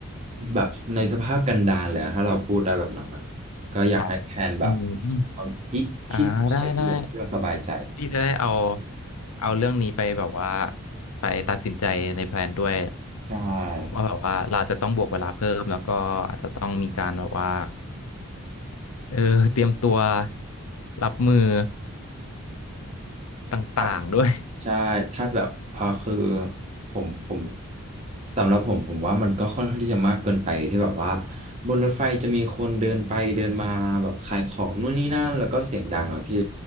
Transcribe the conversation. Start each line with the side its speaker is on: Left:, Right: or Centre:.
Right: แบบในสภาพกันดารเลยอะถ้าเราพูดได้แบบนั้นอ่ะก็อยากให้แพลนแบบ
Left: ครับอืม
Right: เอาที่ที่ใส่เพื่อเพื่อสบายใจ
Left: อ่าได้ได้พี่จะได้เอา เอาเรื่องนี้ไปแบบว่า ไปตัดสินใจในแพลนด้วย
Right: ใช่
Left: ว่าแบบว่าเราจะต้องบวกเวลาเพิ่มแล้วก็อาจจะต้องมีการแบบว่าเออเตรียมตัวรับมือต่างๆด้วย
Right: ครับใช่ถ้าแบบอ่าคือผมผม สำหรับผมผมว่ามันก็ค่อนข้างที่จะมากเกินไปที่แบบว่าบนรถไฟจะมีคนเดินไปเดินมาแบบขายของนู่นนี่นั่นแล้วก็เสียงดังอ่ะพี่